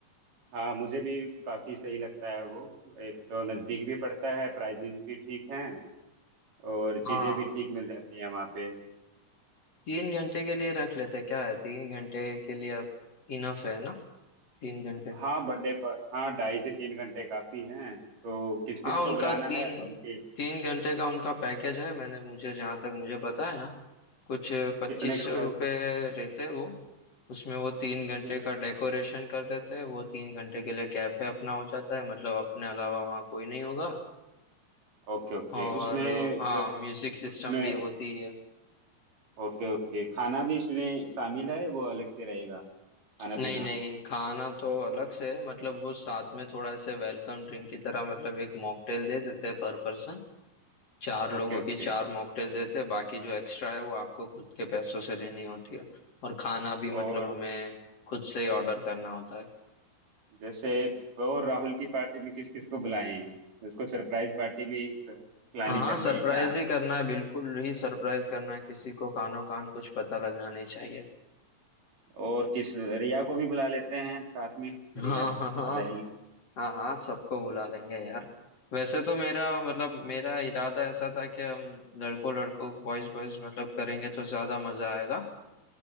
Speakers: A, on the right; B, on the left.
A: हाँ मुझे भी काफ़ी सही लगता है वो एक तो नज़दीक भी पड़ता है प्राइजेस भी ठीक हैं और चीज़ें
B: हाँ
A: भी ठीक मिल जाती हैं वहाँ पे
B: तीन घंटे के लिए रख लेते क्या है तीन घंटे के लिए इनफ है ना तीन घंटे
A: हाँ बर्थडे पर हाँ ढाई से तीन घंटे काफ़ी हैं तो किस किस
B: हाँ
A: को
B: उनका
A: बुलाना
B: तीन
A: है राहुल के
B: तीन घंटे का उनका पैकेज है मैंने मुझे जहाँ तक मुझे पता है ना कुछ पच्चीस
A: कितने का
B: सौ
A: प्राइस
B: रुपये रहते हैं वो उसमें वो तीन
A: पच्चीस
B: घंटे का डेकोरेशन कर देते हैं वो तीन घंटे के लिए कैफे अपना हो जाता है मतलब अपने अलावा वहाँ कोई नहीं होगा
A: ओके ओके
B: और
A: उसमें
B: हाँ
A: अ,
B: म्यूजिक सिस्टम
A: उसमें
B: भी होती है
A: ओके ओके खाना भी इसमें शामिल है वो अलग से रहेगा खाना
B: नहीं
A: पीना
B: नहीं खाना तो अलग से है मतलब वो साथ में थोड़ा ऐसे वेलकम ड्रिंक की तरह मतलब एक मॉकटेल दे देते हैं पर पर्सन चार लोगों
A: Okay okay
B: की चार मॉकटेल देते हैं बाकी जो एक्स्ट्रा है वो आपको खुद के पैसों से लेनी होती है और खाना
A: और
B: भी मतलब हमें खुद से ही ऑर्डर करना होता है
A: जैसे तो राहुल की पार्टी में किस किस को बुलाएं उसको सरप्राइज पार्टी भी प्लानिंग
B: हाँ
A: करनी
B: सरप्राइज
A: है क्या
B: ही करना है बिल्कुल ही सरप्राइज करना है किसी को कानो कान कुछ पता लगना नहीं चाहिए
A: और किस रिया को भी बुला लेते हैं साथ में
B: हाँ
A: रिया
B: हाँ हाँ
A: आ जाएगी
B: हाँ हाँ सबको बुला लेंगे यार वैसे तो मेरा मतलब मेरा इरादा ऐसा था कि हम लड़कों लड़कों बॉयज बॉयज मतलब करेंगे तो ज्यादा मजा आएगा